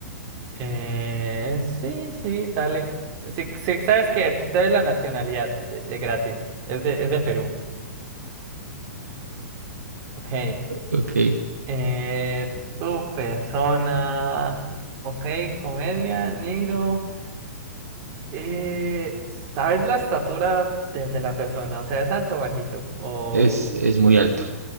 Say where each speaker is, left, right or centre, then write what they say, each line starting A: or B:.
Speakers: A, on the right (about 35°); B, on the right (about 75°).
A: Eh, sí, sí, dale. Sí, sí, sabes que te, te doy la nacionalidad de, de gratis. Es de, es de Perú. Ok.
B: ok,
A: Eh, tu persona, ok, comedia, negro. Eh, ¿sabes la estatura de, de la persona? O sea, ¿es alto o bajito? O,
B: es, es muy alto.